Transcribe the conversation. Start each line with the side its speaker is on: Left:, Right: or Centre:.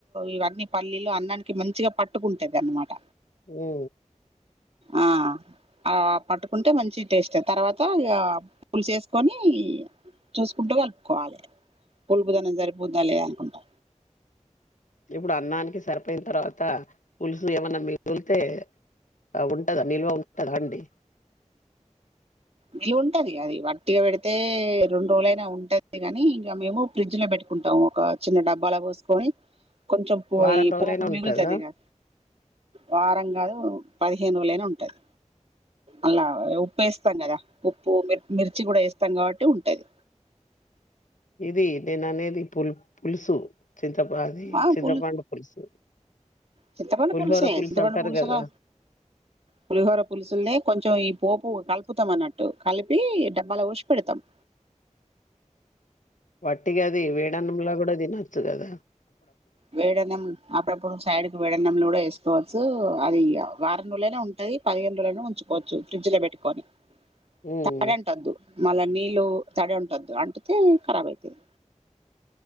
Right: ఇవన్నీ పల్లీలు అన్నానికి మంచిగా పట్టుకుంటది అనమాట
Left: రాన
Right: ఆ ఆ పట్టుకుంటే మంచి టేస్ట్ తర్వాత ఇగ పులుసు ఏసుకొని చూసుకుంటూ కలుపుకోవాలే పులుపుదనము సరిపోద్దా లేదా అనుకుంటా
Left: ఇప్పుడు అన్నానికి సరిపేయిన తర్వాత టా పులుసు ఏమన్న మి మిగులుతే ఆ ఉంటద నిల్వ ఉంటదా అండి
Right: నిల్వ ఉంటది అది వట్టిగ వెడితే రెండు రోజులైనా ఉంటది లే గని ఇగ మేము ఫ్రిడ్జ్ నే పెట్టుకుంటాము ఒక చిన్న డబ్బాల వోసుకొని కొంచెం పో
Left: వారం
Right: ఈ
Left: రోజులైనా
Right: పోపు మిగులుతది
Left: ఉంటదా
Right: గా వారం కాదు పదిహేను రోలుయినా ఉంటది అల ఉప్పు వేసు ఉత్తమ్ గద ఉప్పు మిర్ మిర్చి గూడ ఏస్తాం గాబట్టి ఉంటది
Left: ఇది నేను అనేది పుల్ పులుసు చింతపా అది
Right: ఆ
Left: చింతపండు
Right: పులు
Left: పులుసు
Right: చింతపండు
Left: పులిహోర
Right: పులుసే
Left: పులుసు
Right: చింతపండు
Left: అంటారు
Right: పులుసులా
Left: కదా
Right: పులిహోర పులుసులనే కొంచెం ఇప్ పోపు కలుపుతము అన్నట్టు కలిపి డబ్బాల ఓసి పెడతము
Left: వట్టిగ అది వేడి అన్నంలో గూడ తిన చీ కథ
Right: వేడి అన్నం అప్పుప్పుడు సైడుకు వేడనంలు గుడా వేసు కోచ్చు అది వారం రోజులై ఉంటది పదిహేనురోజులు అయినా ఉంచుకోవచ్చు ఫ్రిడ్జిలో పెట్టుకొని
Left: ఉమ్.
Right: తడంటదు మళ్ళ నీల్ లో తడంటొద్దు అంటతే ఖరాబ్ అయితది